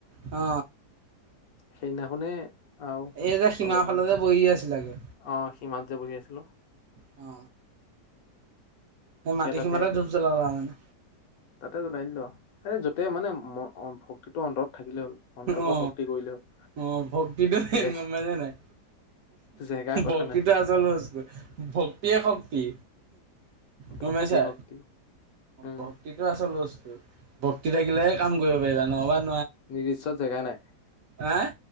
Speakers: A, on the right; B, on the left.
A: অ
B: সেইদিনাখনে আহ
A: এই যে সীমাৰ
B: অলপমান
A: ফালে যে বহি আছিলাগে,
B: আহ ইমানলৈ বহি আছিলো
A: অ সেই
B: সেয়া
A: মাটি
B: তাতে
A: সীমাতে ধূপ জ্বলালা মানে
B: তাতে জ্বলাইিল স য'তেই মানে ভক্তিটো অন্তৰত থাকিলে হ'ল অন্তৰ
A: অ
B: পৰা ভক্তি কৰিলে হ'ল
A: অ ভক্তিটো সনেকুৱা
B: জে
A: মানে নাই
B: জেগাৰ কথা
A: ভক্তিটো
B: নাই
A: আজল ভক্তিয়ে শক্তি কমাইছা
B: ভক্তি শক্তি উম
A: ভক্তিটো আছে ল বস্তু ভক্তি থাকিলে কাম কৰিব পাৰিবা নহলে
B: নিদিচ জেগা নাই?
A: আহ,